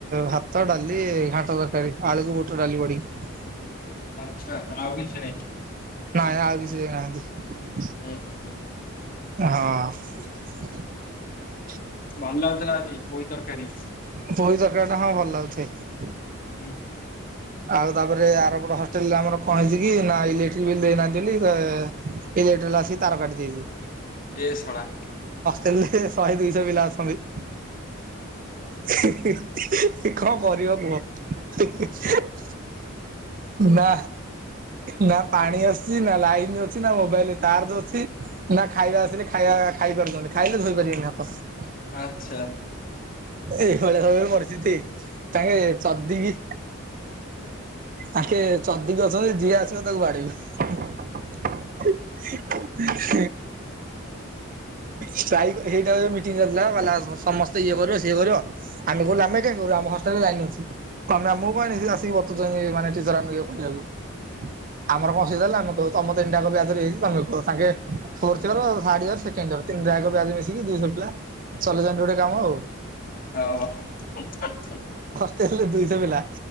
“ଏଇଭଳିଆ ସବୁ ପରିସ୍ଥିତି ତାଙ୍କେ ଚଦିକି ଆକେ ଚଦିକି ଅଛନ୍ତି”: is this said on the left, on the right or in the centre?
Right